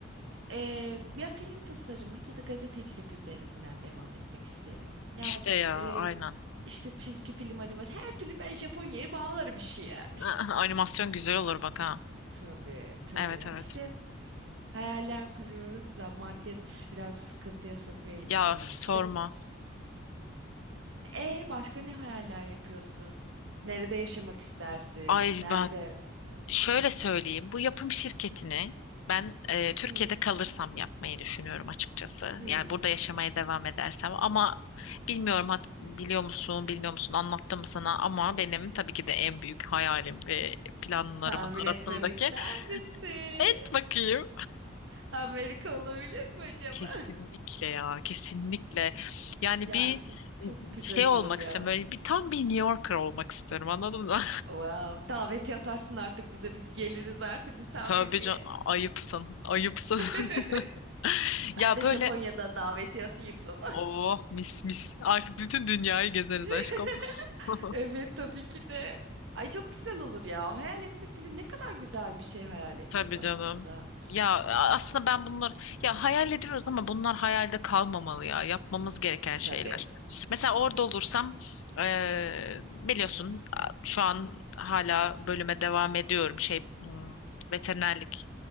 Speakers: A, on the right; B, on the left.
A: Ee, ya film tasarımı ya da gazetecilik üzerinden devam etmek isterim. Yani
B: İşte ya,
A: e,
B: aynen.
A: işte çizgi film animasyon her türlü ben Japonya'ya bağlarım işi yani.
B: <laughs> Animasyon güzel olur bak ha.
A: Tabii tabii
B: Evet evet.
A: işte hayaller kuruyoruz da maddiyat biraz sıkıntıya sokuyor insanı.
B: Ya sorma.
A: İşte E başka ne hayaller yapıyorsun? Nerede yaşamak istersin?
B: Ay
A: Nerede?
B: ben Şöyle söyleyeyim, bu yapım şirketini ben e, Türkiye'de
A: Hı,
B: kalırsam yapmayı düşünüyorum açıkçası.
A: hı.
B: Yani burada yaşamaya devam edersem ama bilmiyorum hat- biliyor musun, bilmiyor musun anlattım mı sana ama benim tabii ki de en büyük hayalim ve planlarımın
A: Tahmin etmemi
B: arasındaki
A: ister misin?
B: et
A: <laughs>
B: bakayım.
A: Amerika olabilir mi acaba?
B: Kesinlikle
A: <laughs>
B: ya, kesinlikle. Yani
A: Ya
B: bir
A: çok güzel
B: şey olmak
A: olur ya.
B: istiyorum, böyle bir tam bir New Yorker olmak istiyorum anladın mı?
A: Wow. Daveti atarsın artık bize. Biz geliriz artık misafirliğe.
B: <laughs> Tabii can ayıpsın, ayıpsın.
A: <laughs>
B: <laughs> Ya
A: Ben de
B: böyle
A: Japonya'da daveti atayım sana.
B: Oh mis mis. Artık bütün dünyayı gezeriz
A: <laughs>
B: aşkım. <laughs>
A: Evet tabii ki de. Ay çok güzel olur ya. Hayal etmek bile ne kadar güzel bir şey hayal etmek
B: Tabii
A: aslında.
B: canım. Ya aslında ben bunlar ya hayal ediyoruz ama bunlar hayalde kalmamalı ya. Yapmamız gereken şeyler.
A: Tabii.
B: Mesela orada olursam eee, biliyorsun şu an hala bölüme devam ediyorum. Şey hmm, veterinerlik